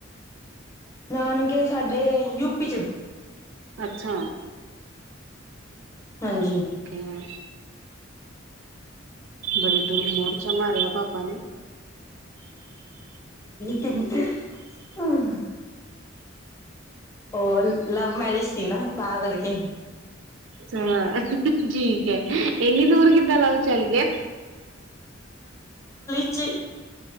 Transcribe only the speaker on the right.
ਅੱਛਾ
ਠੀਕ ਹੈ, ਬੜੀ ਦੂਰ ਮੋਰਚਾ ਮਾਰਿਆ ਪਾਪਾ ਨੇ
ਅਛਾ ਠੀਕ ਹੈ ਇੰਨੀ ਦੂਰ ਕਿੱਦਾਂ ਲਵ ਚੱਲ ਗਏ